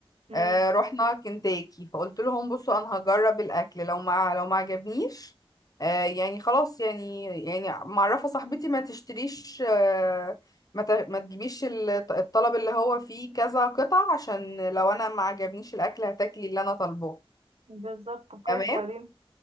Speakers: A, on the right; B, on the left.
A: مم.
B: آه رحنا كنتاكي فقلت لهم بصوا انا هجرب الاكل لو ما لو ما عجبنيش آه يعني خلاص يعني يعني معرفه صاحبتي ما تشتريش آه ما ت- ما تجيبيش ال- الطلب اللي هو فيه كذا قطع عشان لو انا ما عجبنيش الاكل هتاكلي اللي انا طالباه
A: بالظبط طب كويس
B: تمام
A: وبعدين